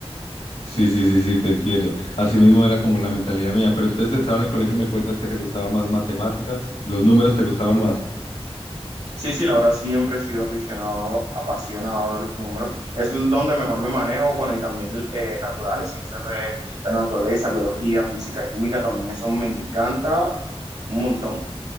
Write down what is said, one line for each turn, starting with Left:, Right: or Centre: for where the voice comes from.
Left: Sí, sí, sí, sí, te entiendo. Así mismo era como la mentalidad mía. Pero entonces estaba en el colegio me cuentas que te gustaban más matemáticas, los números te gustaban más.
Right: Sí, sí, la verdad siempre he sido aficionado, apasionado de los números. Es donde mejor me manejo, bueno, y también eh, naturales, ciencias de, de la naturaleza, biología, física, química, también eso me encanta un montón.